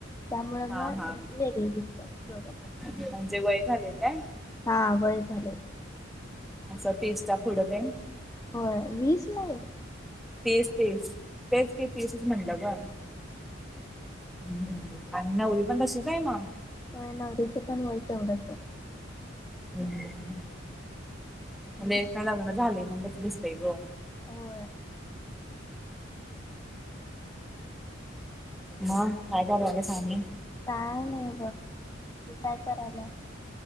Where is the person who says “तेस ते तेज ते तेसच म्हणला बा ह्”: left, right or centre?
Centre